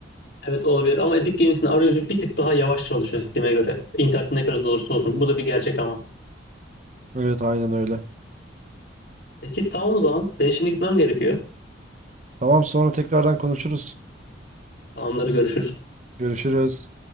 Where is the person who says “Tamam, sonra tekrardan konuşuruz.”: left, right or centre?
Right